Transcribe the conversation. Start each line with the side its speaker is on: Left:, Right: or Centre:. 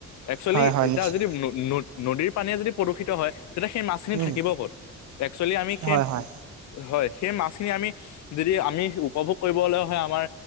Left: একচুৱেলি
Right: হয় হয়
Left: এতিয়া
Right: নিশ্চয়
Left: যদি ন নদীৰ পানীয়ে যদি প্ৰদূষিত হয়। তেতিয়া সেই মাছখিনি
Right: উম
Left: থাকিব ক'ত একচুৱেলি আমি সেই
Right: হয় হয়
Left: হয়। সেই মাছখিনি আমি যদি আমি উপভোগ কৰিবলৈ হয় আমাৰ